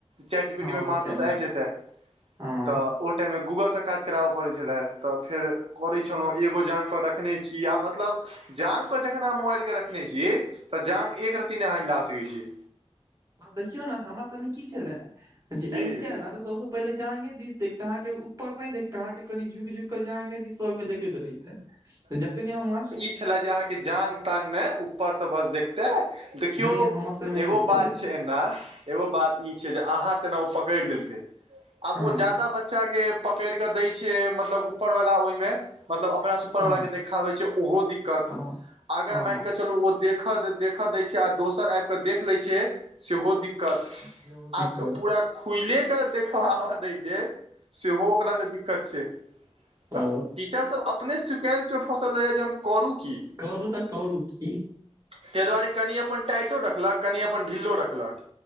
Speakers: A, on the right; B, on the right.
A: चाट चिपिटीमे
B: हँ
A: मारतौ
B: ओ टाइम
A: तऽ आबि जेतै
B: हँ
A: तऽ ओ टाइम मे गूगल स काज कराब‌ पड़ै छले तऽ फेर करै छलहुं एगो जाँघपर रखने छी आ मतलब जांघ पर जखन अहाँ मोबाइलके रखने छी तऽ जांघ एक रत्ती न‌इ अहाँ हिला सकैत छी।
B: आ देखियौ ने हमरा सभमे की छलै
A: की
B: अबिते ने तऽ स पहिले जांगे दिस देखते अहा के ऊप न नहि देखतेझ़् अहां के कनि झुक झुक के जांगे दिस सब के देखैत रहिते तऽ जखनेथं हम मास
A: छले जे अहाँके जाांग तांग ने ऊपर से बस देखते देखियौ
B: नहि हमरा सबमे
A: एगो
B: से छलै
A: बात छै एना एगो बात ई छै जे अहाँ तेन पकड़ि लेलकै आब
B: हँ
A: ओ जादा बच्चाके--ओऔो् पकड़ी के दैक्छै र ओहिब वला
B: हँ
A: के देखाबै छै ओहो दिक्कत
B: हँ
A: अगर
B: हँ
A: मानिकऽ चलू ओ देख देखऽ दै छै आ दोसर आब कऽ देख लै छियै सेहो दिकत त
B: सेहो दिक्कत
A: आब पूरा खुले के देखबाबा दै जे सेहो ओकरा ल दिक्कत छै तऽ
B: ओ
A: टीचर सब अपने सिक्वेन्समे फँसल रहैया जे हम करू क कि।
B: करू तऽ करू की?
A: ताहि दुआरे कनि अपन टाइटो रखलक कनि अपन ढिलो रखलक